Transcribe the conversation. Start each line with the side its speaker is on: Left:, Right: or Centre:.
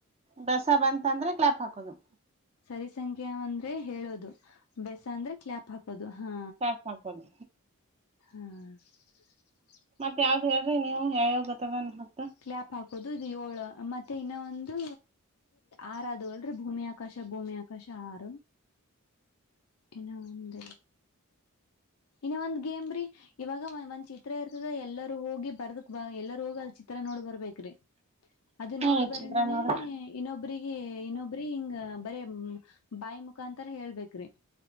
Right: ಬೆಸ ಬಂತ ಅಂದ್ರೆ ಕ್ಲಾಪ್ ಹಾಕೋದು
Left: ಸರಿ ಸಂಖ್ಯೆ ಅಂದ್ರೆ ಹೇಳೋದು ಬೆಸ ಅಂದ್ರೆ ಕ್ಲಾಪ್ ಹಾಕೋದು ಹಾ
Right: ಕ್ಲಾಪ್ ಹಾಕೋದು
Left: ಹಾ
Right: ಮತ್ ಯಾವ್ದ್ ನೀವು ಯಾವ ಯಾವ <unintelligible>
Left: ಕ್ಲ್ಯಾಪ್ ಹಾಕೋದು ಇದು ಏಳು ಮತ್ತೆ ಇನ್ನ ಒಂದು ಆರದು ಅಲ್ರ ಭೂಮಿ ಆಕಾಶ ಭೂಮಿಯ ಆಕಾಶ ಆರು ಇನ್ನು ಒಂದ ಇನ್ನ ಒಂದ್ ಗೇಮ್ರೀ ಇವಾಗ ಒಂದ್ ಚಿತ್ರ ಇರ್ತದ ಎಲ್ಲರೂ ಹೋಗಿ ಬರ್ದಕ್ ಬ ಎಲ್ಲರೂ ಹೋಗಿ ಅದ ಚಿತ್ರ ನೋಡ್ ಬರ್ಬೇಕ್ರಿ ಅದು
Right: ಹ್ಮ್
Left: ನೋಡಿ ಬರಣನೇ
Right: ಚಿತ್ರ ನೋಡ್ರಿ
Left: ಇನ್ನೊಬ್ರಿಗೆ ಇನ್ನೊಬ್ರ ಹಿಂಗ ಬ ಬಾಯಿ ಮುಖಾ ಅಂತಾರ ಹೇಳ್ಬೇಕ್ರಿ